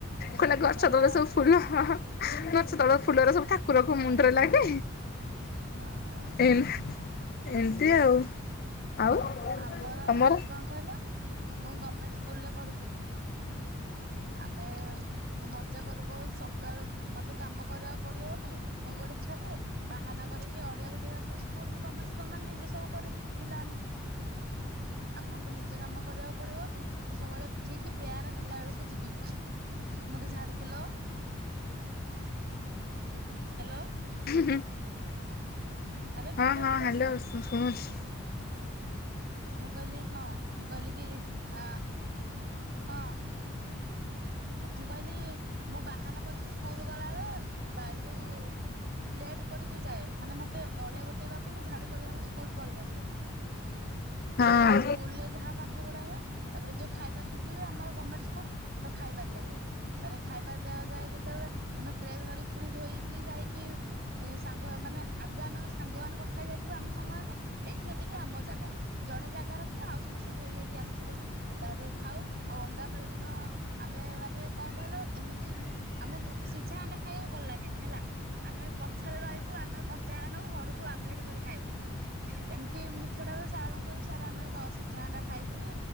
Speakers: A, on the left; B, on the right.
A: କହିଲା ଗଛ
B: ଭଲ
A: ତଳେ ସବୁ ଫୁଲ ହାଁ ହାଁ। ଗଛ ତଳ ଫୁଲରେ ସବୁ ଠାକୁରଙ୍କ ମୁଣ୍ଡରେ ଲାଗେ।
B: ଓହୋ
A: ଏଇନେ। ଏମିତି ଆଉ। ଆଉ
B: ଆମର
A: ତମର?
B: ମୁଁ କଣ କହିଲ? ମୁଁ ଗମେଣ୍ଟ୍ ସ୍କୁଲରେ ପଢୁଥିଲି। ଆମେ ମଜା କରୁ ବହୁତ ସକାଳେ ମତେ କାମ କରିବାକୁ ପଡିବ ବୋଲି ମୁଁ ଗୋଟେ ଛୁଆଟେ ବାହାନା କରିକି ଅଳିଆ ଗୋ <inaudible> ବାକୁ ସ୍ଲୁଲ ଗମେଣ୍ଟ୍ ସ୍କୁଲ ମାନେ ନିଜେ ସବୁ କରିବୁ ପିଲାମାନେ। ଆମକୁ ନିଜେ କାମ କରିବାକୁ ପଡିବନି ମୁଁ ସବୁବେଳେ ଠିକ୍ ପ୍ରେୟାର୍ ହେଲା ବେଳକୁ ଯିବି ମତେ ଝାଡୁ ହାଲୋ। ହାଲୋ।
A: ହୁଁହୁଁ।
B: ଆରେ ନେଟୱାର୍କକୁ
A: ହଁ ହଁ ହାଲୋ
B: ଆସ
A: ଶୁଣୁଛି।
B: ମୁଁ କହିଲି। ହଁ ମୁଁ କହିଲି କି ଆଁ ହଁ। ମୁଁ କହିଲି ମୁଁ ବାହାନ କରିକି ସ୍କୁଲ ଗଲାବେଳେ ଏଇ ଯୋଉ ଲେଟ୍ କରିକି ଯାଏ। ମାନେ ମତେ ଅଳିଆ ଗୋଟେଇବାକୁ କି ଝାଡୁ କରିବାକୁ ସ୍କୁଲ ପଡିବନି ବୋଲି।
A: ହଁ।
B: ତାପରେ ସ୍କୁଲ ରେ ଯାହା ପାଠ ପଢା ହୁଏ ତାପରେ ଯୋଉ ଖାଇବା ଛୁଟି ହୁଏ ଆମର ଗଭଣମେଣ୍ଟ ସ୍କୁଲ ତ ଖାଇବା ଦିଆଯାଏ ତାଲେ ଖାଇବା ଦିଆଯାଏ ଯେତେବେଳେ ଆମେ ଟ୍ରେ ଧରି ପୁଣି ଧୋଇକି ଯାଇକି। ଏ ସାଙ୍ଗ ମାନେ ଆଗୁ ଆମେ ସାଙ୍ଗ ମାନ କଥା ହେଇ ଯାଇ ଆମ ସାଙ୍ଗମାନେ ଏଇଠୁ ଏତିକି ଆମ ଜାଗା ଜଣେ ଜାଗା ରଖିବ ଆଉ ସମସ୍ତେ ଧୋଇ ହେଇକି ଆସିବେ ତାପରେ ଖାଉ ଆଉ ଅଣ୍ଡା ପାାଳି ଦିନ ଆମେ ମାନେ କଣ କହିଲ ଏମିତି ଆମକୁ ସିଝା ଅଣ୍ଡା ଖାଇବାକୁ ଭଲ ଲାଗେନି ହେଲା। ଆମେ ପଛରେ ରହିବୁ ଆମେ କଞ୍ଚା ଅଣ୍ଡା ନବୁ ଘରକୁ ଆମଲେଟ କରି ଖାଇବୁ। ଏମିତି ମିଛଟାରୁ ସାରଙ୍କୁ କହିବୁ ସାର୍ ଆମେ ସିଝା ଟା ଖାଇବୁନି